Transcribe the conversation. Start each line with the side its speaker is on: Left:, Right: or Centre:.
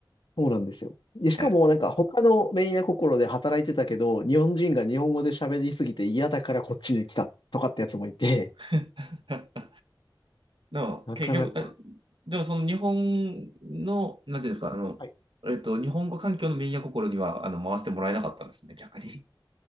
Left: そうなんですよ。で、しかもなんか他のメンヤ心で働いてたけど、
Right: え
Left: 日本人が日本語で喋りすぎて嫌だからこっちに来たとかってやつもいて、
Right: え <laughs> でも、
Left: なかなか。
Right: 結局、えでもその日本の、なんていうんですか、あの、
Left: はい
Right: えっと、日本語環境のミー心には、あの、回してもらえなかったんですね、逆に。